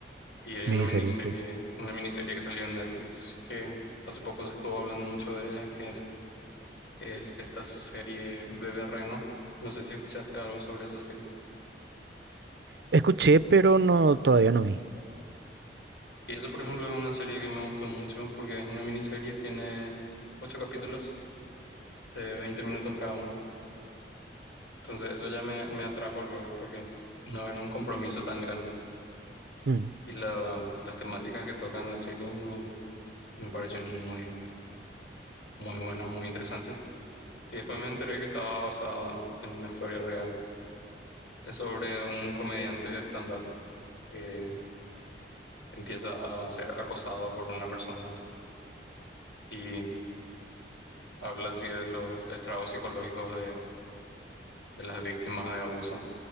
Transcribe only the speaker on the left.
Y hay
una miniserie,
una miniserie que salió en Netflix que hace poco se estuvo hablando mucho de ella, que, es esta serie Bebé Reno. No sé si escuchaste algo sobre esa serie.
Y eso, por ejemplo, es una serie que me gustó mucho porque es una miniserie, tiene ocho capítulos de 20 minutos cada uno. Entonces, eso ya me, me atrajo luego porque no era un compromiso tan grande.
Y la- las temáticas que tocan la serie me, me parecieron muy, muy buenas, muy interesantes. Y después me enteré que estaba basado en, en una historia real. Es sobre un comediante de stand-up que empieza a ser acosado por una persona y habla así de los estragos psicológicos de las víctimas de abuso